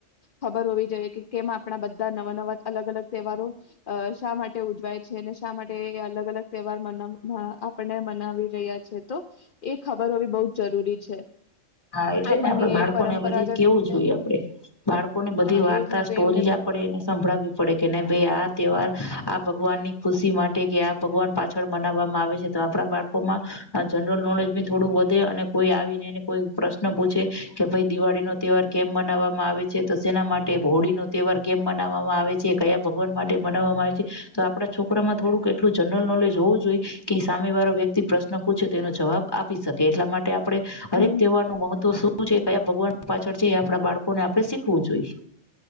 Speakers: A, on the left (about 45°); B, on the left (about 15°).
A: ખબર હોવી જોઈએ કે કેમ આપણા બધા નવા નવા અલગ અલગ તહેવારો શા માટે ઉજવાય છે ને શા માટે અલગ અલગ તહેવાર માનાવા હં આપણને મનાવી. રહિયા છે તો એ ખબર હોવી બઉ જ જરૂરી છે.
B: હા એટલે
A: આપણને
B: ને આપડે બાળકોને
A: એ પરંપરાગત
B: બધી કેવું જોઈએ આપડે બાળકોની બધી
A: હા
B: વાર્તા
A: એજ ને
B: સ્ટોરી
A: તો એમને પણ
B: આપડે એને સંભળાવવી પડે કે ન ભાઈ આ તહેવાર
A: હા
B: આ ભગવાનની. ખુશી માટે કે આ ભગવાન પાછળ મનાવવામાં આવે છે તો આપણા બાળકોમાં આ જનરલ નોલેજ બી થોડું વધે અને કોઈ આવીને એને કોઈ પ્રશ્ન પૂછે કે ભઈ દિવાળી નો તહેવાર કેમ મનાવવામાં આવે છે તો સેના માટે હોળી નો તહેવાર કેમ મનાવવામાં આવે છે કયા ભગવાન માટે મનાવવામાં આવે છે તો આપડા છોકરામાં થોડુંક એટલું જનરલ નોલેજ હોવું જોઈએ કે સામે વાળો વ્યક્તિ પ્રશ્ન પૂછે તો એનો જવાબ આપી શકે એટલા માટે. આપણેે હરેક.
A: હમ
B: તેવાનું મહત્વ શુ શું છે, કયા ભગવાન પાછળ છે એ આપણા બાળકોને આપણે શીખવું જોઈ.